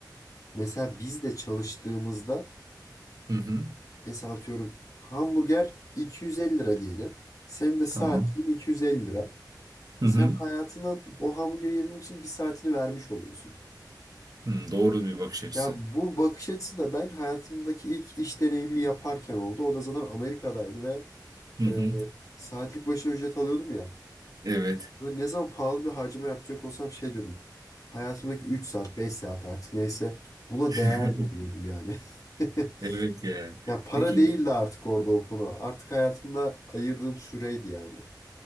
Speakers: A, on the left (about 50°); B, on the right (about 60°).
A: mesela biz de çalıştığımızda
B: Hı hı.
A: mesela atıyorum hamburger 250 lira diyelim. Senin de saatliğin
B: Tamam.
A: 250 lira.
B: Hı
A: Sen
B: hı.
A: hayatına o hamburgeri yemek için bir saatini vermiş oluyorsun.
B: Hı, doğru bir bakış açısı.
A: Ya bu bakış açısı da ben hayatımdaki ilk iş deneyimi yaparken oldu. O da zaten Amerika'daydı ve
B: Hı hı.
A: e, saatlik başına ücret alıyordum ya.
B: Evet.
A: Böyle ne zaman pahalı bir harcama yapacak olsam şey diyordum. Hayatımdaki 3 saat, 5 saat artık neyse buna
B: <laughs>
A: değer mi oluyordum yani? <laughs>
B: Evet ya.
A: Ya para
B: Peki
A: değildi artık orada o konu. Artık hayatımda ayırdığım süreydi yani.